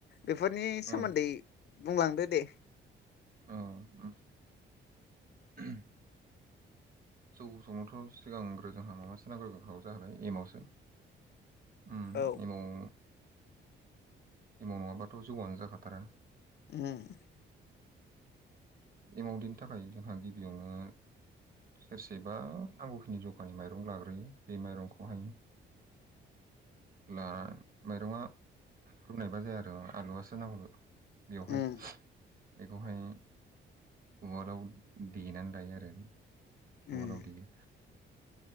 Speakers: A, on the left (about 55°); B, on the right (about 45°).
A: बेफोरनि सोमोन्दै
B: औ
A: बुंलांदो दे।
B: औ उम <unintelligible> जौ संनोथ' सिगांग्रो जोंहा माबासो नांग्रोगोखागौ जाहैाय एमावसो। ओम
A: औ
B: एमाव एमाव नङाबाथ' जौआनो जाखाथारा।
A: ओम।
B: एमाव देशों थाखाय जोंहा गिबियावनो सेरसे बा नांगौखिनि जखानि माइरं' लाग्रोयो बे माइरं'खौहाय ला माइरं'आ रुनायबा जाया आरो आलुवासो नांगौ। बेवहाय
A: उम
B: बेखौहाय उवालाव देनानै दायो आरो
A: उम
B: उवालाव देयो।
A: <inaudible>